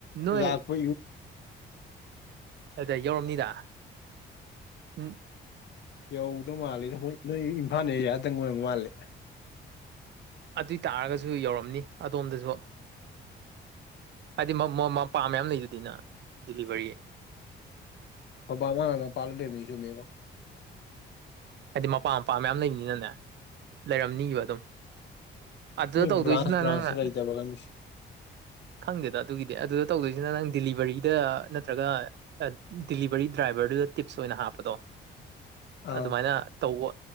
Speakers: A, on the right; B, on the left.
A: ꯅꯣꯏ
B: ꯂꯥꯛꯄ
A: ꯑꯗꯨꯗ ꯌꯧꯔꯝꯅꯤꯗ ꯎꯝ
B: ꯌꯧꯗꯧ ꯃꯥꯜꯂꯤꯗ ꯃꯣꯏ ꯅꯣꯏ ꯏꯝꯐꯥꯜ ꯑꯦꯔꯤꯌꯥꯗꯪ ꯑꯣꯏꯔꯝ ꯃꯥꯜꯂꯦ
A: ꯑꯗꯨꯏ ꯇꯥꯔꯒꯁꯨ ꯌꯧꯔꯝꯅꯤ ꯑꯗꯣꯝꯗꯁꯨ ꯍꯥꯏꯗꯤ ꯃꯄꯥ ꯃꯌꯥꯝ ꯂꯩꯗꯨꯗꯤ ꯅꯪ ꯗꯤꯂꯤꯚꯔꯤ
B: ꯑꯣ ꯕꯥꯃꯅ ꯄꯜꯂꯨ ꯂꯩꯕꯅꯤ ꯁꯨꯝꯃꯦꯕꯣ
A: ꯍꯥꯏꯗꯤ ꯃꯄꯥ ꯃꯄꯥ ꯃꯌꯥꯝ ꯂꯩꯕꯅꯤꯅꯅꯦ ꯂꯩꯔꯝꯅꯤꯕ ꯑꯗꯨꯝ ꯑꯗꯨꯗ
B: ꯃꯣꯏ
A: ꯇꯧꯗꯣꯏꯁꯤꯅ
B: ꯕ꯭ꯔꯥꯟꯁ ꯕ꯭ꯔꯥꯟꯁꯁꯨ
A: ꯅꯪꯅ
B: ꯂꯩꯇꯕ꯭ꯔꯥ ꯈꯪꯗꯦ
A: ꯈꯪꯗꯦꯗ ꯑꯗꯨꯒꯤꯗꯤ ꯑꯗꯨꯗ ꯇꯧꯗꯣꯏꯁꯤꯅ ꯅꯪ ꯗꯤꯂꯤꯚꯔꯤꯗ ꯅꯠꯇ꯭ꯔꯒ ꯗꯤꯂꯤꯚꯔꯤ ꯗ꯭ꯔꯥꯏꯚꯔꯗꯨꯗ ꯇꯤꯞꯁ ꯑꯣꯏꯅ ꯍꯥꯞꯄꯗꯣ
B: ꯑꯥ
A: ꯑꯗꯨꯃꯥꯏꯅ ꯇꯧꯕ